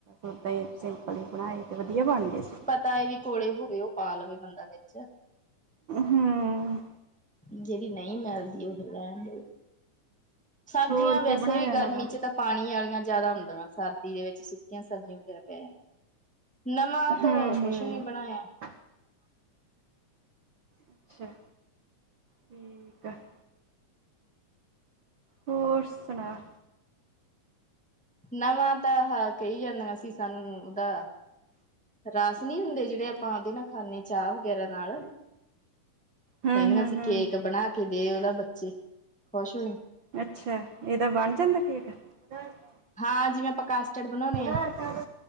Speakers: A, on the right (about 60°); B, in the centre.
A: ਓਦਾ ਹੀ ਸਿੰਪਲ ਹੀ ਬਣਾਏ ਤੇ ਵਧੀਆ ਬਣ ਗਏ ਸੀ।
B: ਤਏ ਵੀ ਕੋਲੇ ਹੋਵੇ ਉਹ ਪਾ ਲਵੇ ਬੰਦਾ ਵਿੱਚ।
A: ਹੂੰ
B: ਜਿਹੜੀ ਨਹੀਂ ਮਿਲਦੀ ਉਹ ਫਿਰ ਰਹਿਣ, ਦੇ ਸਬਜ਼ੀਆਂ
A: ਹੋਰ
B: ਵੈਸੇ
A: ਕੀ ਬਣਾਇਆ
B: ਵੀ ਗਰਮੀ
A: ਨਵਾਂ
B: ਚ ਤਾਂ ਪਾਣੀ ਵਾਲੀਆਂ ਜ਼ਿਆਦਾ ਹੁੰਦੀਆਂ। ਸਰਦੀ ਦੇ ਵਿੱਚ ਸੁੱਕੀਆਂ ਸਬਜ਼ੀਆਂ ਵਗੈਰਾ ਪੈ ਜਾਂਦੀਆਂ ਨਵਾਂ
A: ਹੂੰ
B: ਤੋਂ ਕੁਛ
A: ਹੂੰ
B: ਨੀ ਬਣਾਇਆ
A: <inaudible> ਅੱਛਾ ਠੀਕ ਆ <unintelligible> ਹੋਰ ਸੁਣਾ।
B: ਨਵਾਂ ਤਾਂ ਹਾਂ ਕਹੀ ਜਾਂਦਾ ਸੀ ਸਾਨੂੰ ਉਹਦਾ ਰਸ ਨਹੀਂ ਹੁੰਦੇ ਜਿਹੜੇ ਆਪਾਂ ਉਂਦੇ ਨਾ ਖਾਂਦੇ ਚਾਹ ਵਗੈਰਾਨਾਲ
A: ਹੂੰ
B: ਕਹਿੰਦੇ
A: ਹੂੰ
B: ਅਸੀਂ
A: ਹੂੰ
B: ਕੇਕ ਬਣਾ ਕੇ ਗਏ ਉਹਦੇ ਬੱਚੇ ਖੁਸ਼ ਹੋਏ
A: ਅੱਛਾ ਇਹਦਾ ਬਣ ਜਾਂਦਾ ਕੇਕ ਆਧਾਰ
B: ਹਾਂ ਜਿਵੇਂ ਆਪਾਂ ਕਾਸਟਡ ਬਣਾਉਣੇ
A: ਆਧਾਰ-
B: ਆ
A: ਕਾਰਡ